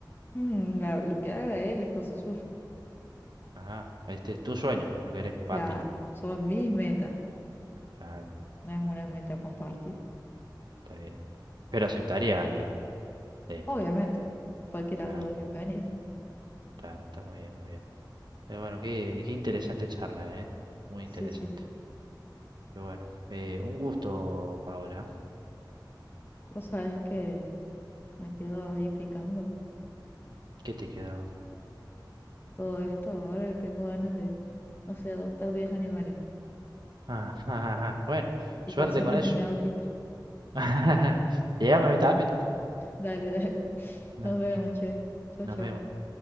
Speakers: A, on the left; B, on the right.
A: Mm, la- lo que haga él es cosa suya.
B: Ajá, este es tu sueño, no querés compartirlo.
A: Claro, son mis metas,
B: Claro,
A: no es una meta compartida.
B: está bien. Pero aceptarías ayuda de él.
A: Obviamente, cualquier ayuda
B: Claro,
A: es bienvenida.
B: claro, está muy bien, muy bien. Pero bueno, qué, qué interesante charla, ¿eh? Muy
A: Sí,
B: interesante.
A: sí.
B: Pero bueno, eh, un gusto, Paola.
A: Vos sabés que me quedo ahí picando
B: ¿Qué te quedó?
A: todo esto. Ahora que tengo ganas de, no sé, adoptar 10 animales
B: Ah, <laughs> ah, ah, ah. Bueno,
A: y
B: suerte
A: pasearlos
B: con eso.
A: en mi autito.
B: <laughs> Llegame a mí también.
A: Dale, dale.
B: Nos
A: Nos vemos, che. Chau,
B: nos
A: chau.
B: vemos.